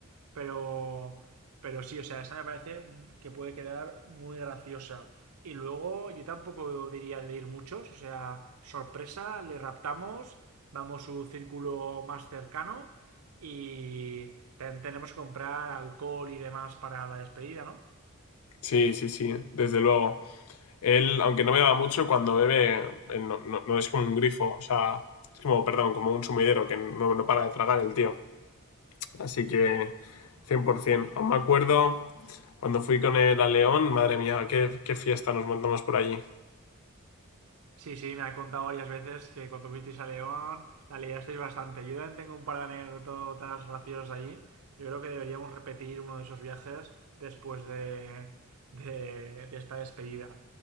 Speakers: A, on the right; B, on the left.
A: Pero, pero sí, o sea, esa me parece que puede quedar muy graciosa. Y luego yo tampoco diría de ir muchos, o sea, sorpresa, le raptamos, vamos a su círculo más cercano y ten- tenemos que comprar alcohol y demás para la despedida, ¿no?
B: Sí, sí, sí, desde luego. Él, aunque no beba mucho, cuando bebe, él no, no- no es como un grifo, o sea, es como, perdón, como un sumidero que no no para de tragar el tío. Así que 100%. Aún me acuerdo cuando fui con él a León, madre mía, qué, qué fiesta nos montamos por allí.
A: Sí, sí, me ha contado varias veces que cuando fuisteis a León la liasteis bastante. Yo también tengo un par de anécdotas graciosas allí. Yo creo que deberíamos repetir uno de esos viajes después de, de- de esta despedida.